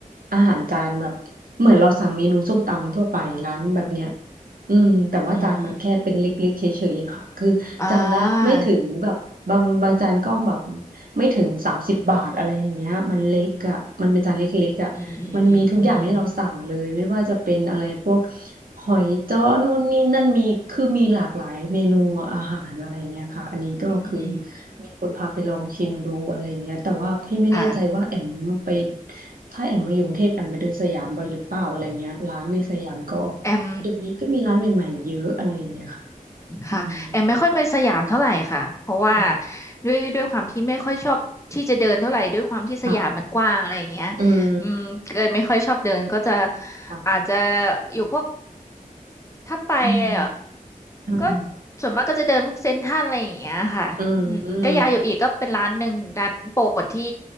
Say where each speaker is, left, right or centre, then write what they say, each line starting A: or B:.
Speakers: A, on the right; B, on the left.
A: อาหารจานแบบเหมือนเราสั่งเมนูส้มตำทั่วไปร้านแบบเนี้ยอืมแต่ว่าจานมันแค่เป็นเล็กๆเฉยๆค่ะคือจานละไม่ถึงแบบบางบางจานก็แบบ
B: อืม อ่า
A: ไม่ถึงสามสิบบาทอะไรอย่างเงี้ยมันเล็กอ่ะมันเป็นจานเล็กๆอ่ะ
B: อืมอืมอืม
A: มันมีทุกอย่างให้เราสั่งเลยไม่ว่าจะเป็นอะไรพวกหอยจ้อนู่นนี่นั่นมีคือมีหลากหลายเมนูอาหารอะไรเงี้ยค่ะอันนี้ก็คือ
B: อืมอืมอืม
A: มีคนพาไปลองชิมดูอะไรเงี้ยแต่ว่าพี่ไม่แน่ใจว่าแอมไป
B: ค่ะ
A: ถ้าแอมมาอยู่กรุงเทพแอมไปเดินสยามบ่อยหรือเปล่าอะไรเงี้ยร้านในสยามก็
B: แอม
A: เดี๋ยวนี้ก็มีร้านใหม่ๆเยอะอะไรเงี้ยค่ะอืม
B: ค่ะแอมไม่ค่อยไปสยามเท่าไหร่ค่ะเพราะว่า
A: ค่ะ
B: ด้วยด้วยความที่ไม่ค่อยชอบที่จะเดินเท่าไหร่ด้วยความที่สยามมันกว้างอะไรอย่างเงี้ย
A: ค่ะอืม
B: อืมเกิดไม่ค่อยชอบเดินก็จะ
A: ค่ะ
B: อาจจะอยู่พวกถ้าไปเออ
A: อืมอ่า
B: ก็ส่วนมากก็จะเดินพวกเซ็นทรัลอะไรอย่างเงี้ยค่ะอืมก็ยาโยอิก็เป็นร้านหนึ่งร้านโปรดที่
A: อืม